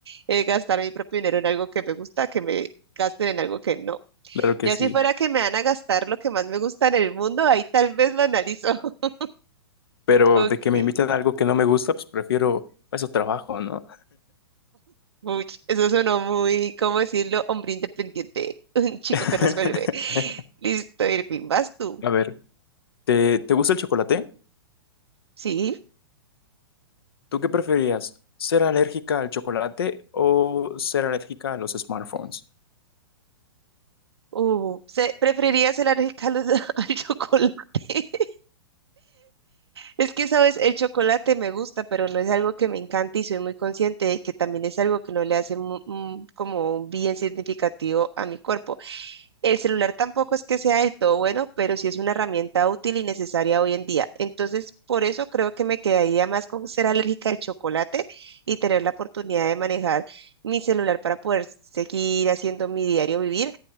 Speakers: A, on the right; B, on the left.
A: eh, gastar mi propio dinero en algo que me gusta, que me gasten en algo que no.
B: claro que
A: Ya
B: sí.
A: si fuera que me van a gastar lo que más me gusta en el mundo, ahí tal vez lo analizo. <laughs>
B: Pero
A: Ok.
B: de que me inviten a algo que no me gusta, pues prefiero, para eso trabajo, ¿no?
A: Uy, eso sonó muy, ¿cómo decirlo? Hombre independiente. <laughs> Un chico
B: <laughs>
A: que resuelve. Listo, Irving, vas tú.
B: A ver. ¿Te, te gusta el chocolate?
A: Sí,
B: ¿Tú qué preferirías? ¿Ser alérgica al chocolate o ser alérgica a los smartphones?
A: o se, preferirías el arroz <laughs> al al chocolate. <laughs> Es que, sabes, el chocolate me gusta, pero no es algo que me encante y soy muy consciente de que también es algo que no le hace mu- mm, como un bien significativo a mi cuerpo. El celular tampoco es que sea del todo bueno, pero sí es una herramienta útil y necesaria hoy en día. Entonces, por eso creo que me quedaría más con ser alérgica al chocolate y tener la oportunidad de manejar mi celular para poder seguir haciendo mi diario vivir